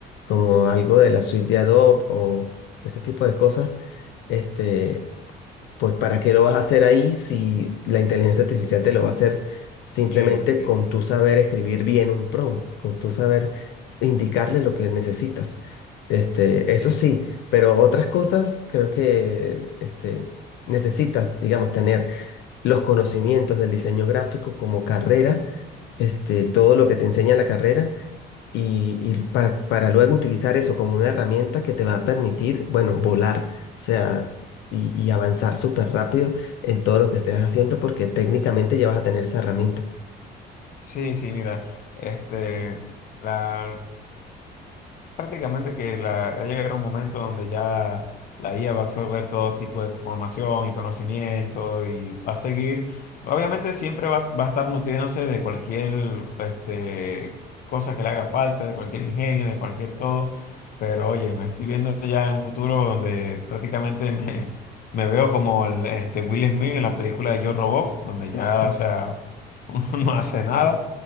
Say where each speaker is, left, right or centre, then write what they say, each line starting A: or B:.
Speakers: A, on the left (about 80°); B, on the left (about 50°).
A: como algo de la suite de Adobe o ese tipo de cosas. Este, pues ¿para qué lo vas a hacer ahí si la inteligencia artificial te lo va a hacer simplemente
B: Sí,
A: con tu saber escribir bien un prompt, con tu saber indicarle lo que necesitas? Este, eso
B: Sí.
A: sí, pero otras cosas creo que este, necesitas, digamos, tener los conocimientos del diseño gráfico como carrera, este, todo lo que te enseña la carrera y, y para, para luego utilizar eso como una herramienta que te va a permitir, bueno, volar, o sea, y, y avanzar súper rápido en todo lo que estés haciendo porque técnicamente ya vas a tener esa herramienta.
B: sí, sí, mira, este, la, prácticamente que la, va a llegar un momento donde ya la IA va a absorber todo tipo de información y conocimiento y va a seguir, obviamente siempre va, va a estar nutriéndose de cualquier este, cosa que le haga falta, de cualquier ingenio, de cualquier todo, pero oye, me estoy viendo ya en un futuro donde prácticamente <laughs> me, me veo como el, este, Will Smith en la película de Yo Robot, donde ya,
A: Mm.
B: o sea, <laughs> uno
A: Sí,
B: no hace nada.